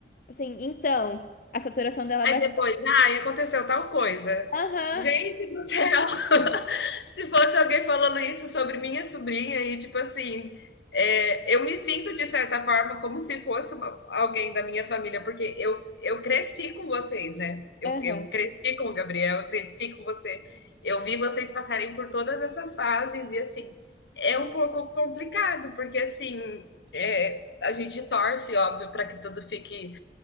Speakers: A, on the left; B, on the left.
A: Assim, então, a saturação dela
B: Aí
A: baixou.
B: depois, ai, aconteceu tal coisa.
A: Aham,
B: Gente do céu! <laughs> Se fosse alguém falando isso sobre minha sobrinha e tipo assim, é, eu me sinto de certa forma como se fosse uma- alguém da minha família, porque eu, eu cresci com vocês, né? Eu,
A: aham.
B: eu cresci com o Gabriel, eu cresci com você. Eu vi vocês passarem por todas essas fases e assim, é um pouco complicado, porque assim, é, a gente torce, óbvio, para que tudo fique